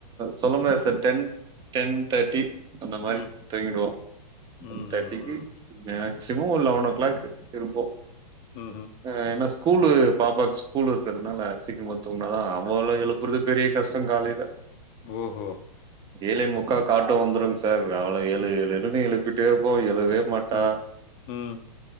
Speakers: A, on the right (about 20°); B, on the left (about 30°).
A: சொல்ல முடியாது சார் டென் டென் தேட்டி அந்த மாரி
B: ம்.
A: துங்கிடுவோ டென்
B: ம்
A: தேட்டிக்கி
B: ம் ம்.
A: மேக்சிமோ ஒரு லெவன் ஓ கிளாக்கு இருப்போ.
B: ம் ஹு.
A: அ ஏனா ஸ்கூலு பாப்பாக் ஸ் கூலு இருக்கறதுனால சீக்ரமா தூங்னாதா அவள எழுப்புறது பெரிய கஷ்டங் காலைல
B: ஓஹோ.
A: ஏழே முக்காக்கு ஆட்டோ வந்துருங் சார் அவள எழு
B: ம்
A: எழு எழுனு எழுப்பிட்டேருப்போ எழுவே மாட்டா
B: ம் ம்.